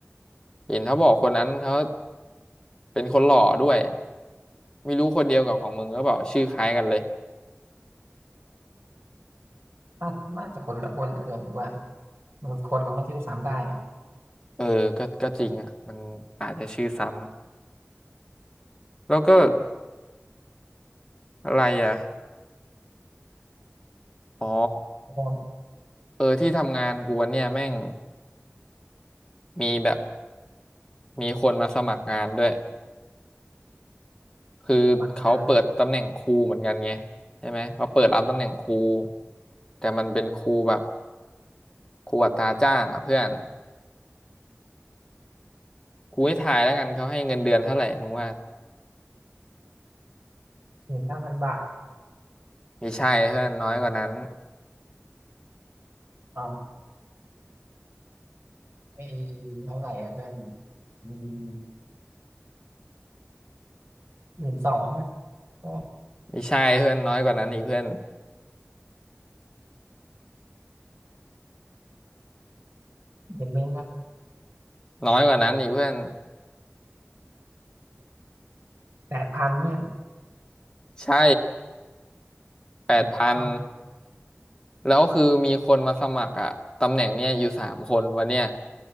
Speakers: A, on the left; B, on the right.
A: เห็นเขาบอกคนนั้นเขาเป็นคนหล่อด้วยไม่รู้คนเดียวกับของมึงก็บอกชื่อคล้ายกันเลย
B: น่าน่าจะคนละคนแหละเพื่อนกูว่า บางคนมันก็ซื้อซ้ำได้อะ
A: เออก็ก็จริงอ่ะมันอาจจะชื่อซ้ำแล้วก็อะไรอ่ะอ๋อ
B: โดน
A: เออที่ทำงานกูวันเนี่ยแม่งมีแบบมีคนมาสมัครงานด้วย คือเขาเปิดตำแหน่งครูเหมือนกันไง
B: หลักงาน
A: ใช่ไหมเขาเปิดรับตำแหน่งครูแต่มันเป็นครูแบบครูอัตราจ้างอ่ะเพื่อนกูให้ทายแล้วกันเขาให้เงินเดือนเท่าไหร่มึงว่า
B: หมื่นห้าพันบาท
A: มีใช่เพื่อนน้อยกว่านั้น
B: เอาไอ้เท่าไหร่อะเพื่อนอืมหมื่นสองก็
A: มีใช่เพื่อนน้อยกว่านั้นอีกเพื่อน
B: เดือนนึงอะ
A: น้อยกว่านั้นอีกเพื่อน
B: แปดพันเพื่อน
A: ใช่แปดพัน
B: อืม
A: แล้วคือมีคนมาสมัครอะตำแหน่งเนี้ยอยู่สามคนวันเนี้ย